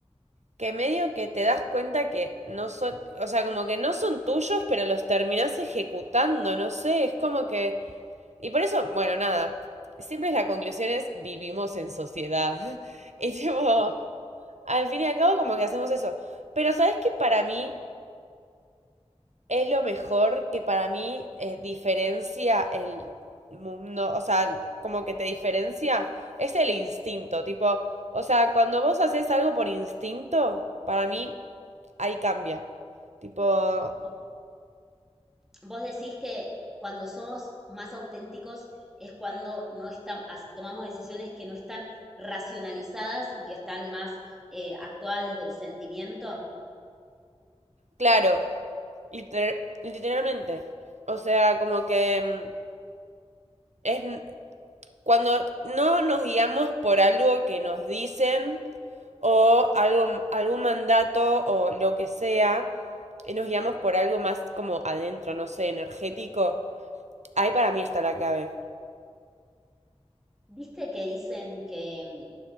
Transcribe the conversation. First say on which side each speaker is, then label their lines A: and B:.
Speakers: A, on the right; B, in the centre.
A: que medio que te das cuenta que no son, o sea, como que no son tuyos, pero los terminás ejecutando, no sé, es como que... Y por eso, bueno, nada, siempre la conclusión es vivimos en sociedad. <laughs> Y tipo, al fin y al cabo como que hacemos eso. Pero ¿sabes que para mí es lo mejor que para mí eh, diferencia el mundo, o sea, como que te diferencia? Es el instinto, tipo, o sea, cuando vos haces algo por instinto, para mí ahí cambia. Tipo,
B: Vo- Vos decís que cuando somos más auténticos es cuando no están, tomamos decisiones que no están racionalizadas y que están más eh, actuadas desde el sentimiento.
A: claro, liter- literalmente. O sea, como que mm, es cuando no nos guiamos por algo que nos dicen o algo, algún mandato o lo que sea, y nos guiamos por algo más como adentro, no sé, energético. Ahí para mí está la clave.
B: ¿Viste que dicen que mm,